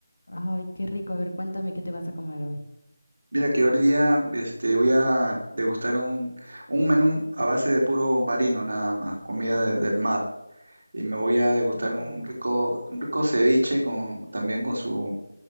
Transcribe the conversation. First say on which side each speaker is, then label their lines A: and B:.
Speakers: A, on the left; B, on the right.
A: Ay, qué rico. A ver, cuéntame qué te vas a comer hoy.
B: Mira que hoy día este, voy a degustar un, un menú a base de puro marino, nada más, comida de- del mar. Y me voy a degustar
A: Mm.
B: un rico, un rico ceviche con, también con su